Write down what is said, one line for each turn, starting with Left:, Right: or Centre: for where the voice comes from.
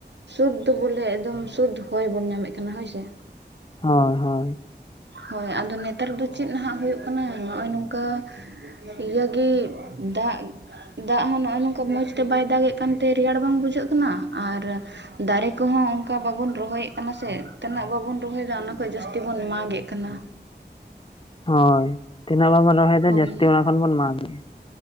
Right: ᱥᱩᱫᱽ ᱫᱚ ᱵᱚᱞᱮ ᱮᱠᱫᱚᱢ ᱥᱩᱫᱽ ᱦᱚᱭ ᱵᱚᱱ ᱧᱟᱢᱮᱫ ᱠᱟᱱᱟ ᱦᱳᱭᱥᱮ᱾
Left: ᱦᱳᱭ ᱦᱳᱭ
Right: ᱦᱳᱭ ᱟᱫᱚ ᱱᱮᱛᱟᱨ ᱫᱚ ᱪᱮᱫ ᱱᱟᱦᱟᱜ ᱦᱩᱭᱩᱜ ᱠᱟᱱᱟ ᱱᱚᱜ-ᱚᱭ ᱱᱚᱝᱠᱟ ᱤᱭᱟᱹᱜᱮ ᱫᱟᱜ ᱫᱟᱜ ᱦᱚᱸ ᱱᱚᱜ-ᱚᱭ ᱱᱚᱝᱠᱟ ᱢᱚᱡᱽ ᱛᱮ ᱵᱟᱭ ᱫᱟᱜ ᱮᱜ ᱠᱟᱱᱛᱮ ᱨᱮᱭᱟᱲ ᱵᱟᱝ ᱵᱩᱡᱷᱟᱹᱜ ᱠᱟᱱᱟ ᱟᱨ ᱫᱟᱨᱮ ᱠᱚᱦᱚᱸ ᱚᱱᱠᱟ ᱵᱟᱵᱚᱱ ᱨᱚᱦᱚᱭᱮᱫ ᱠᱟᱱᱟ ᱥᱮ ᱛᱤᱱᱟᱹᱜ ᱵᱟᱵᱚᱱ ᱨᱚᱦᱚᱭᱫᱟ ᱚᱱᱟ ᱠᱷᱚᱡ ᱡᱟᱹᱥᱛᱤ ᱵᱚᱱ ᱢᱟᱜ ᱮᱫ ᱠᱟᱱᱟ᱾
Left: ᱦᱳᱭ ᱛᱤᱱᱟᱹᱜ ᱵᱟᱵᱚᱱ ᱨᱚᱦᱚᱭ ᱫᱟ
Right: ᱦᱳᱭ
Left: ᱡᱟᱹᱥᱛᱤ ᱚᱱᱟ ᱠᱷᱚᱱ ᱵᱚᱱ ᱢᱟᱜ ᱫᱟ᱾